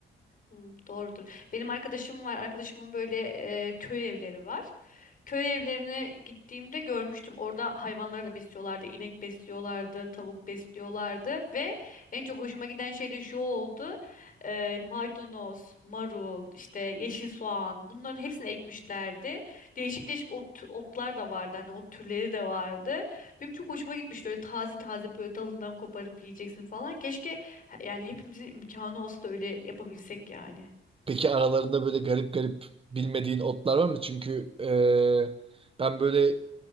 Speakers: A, on the left; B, on the right.
A: Hı, doğrudur. Benim arkadaşım var. Arkadaşımın böyle e, köy evleri var. Köy evlerine gittiğimde görmüştüm. Orada hayvanları da besliyorlardı. inek besliyorlardı, tavuk besliyorlardı ve en çok hoşuma giden şey de şu oldu. Ee, maydanoz, marul, işte yeşil soğan bunların hepsini ekmişlerdi. Değişik değişik ot, otlar da vardı. Hani ot türleri de vardı. Benim çok hoşuma gitmişti. Öyle taze taze böyle dalından koparıp yiyeceksin falan. Keşke yani hepimizin imkanı olsa da öyle yapabilsek yani.
B: Peki aralarında böyle garip garip bilmediğin otlar var mı? Çünkü ee, ben böyle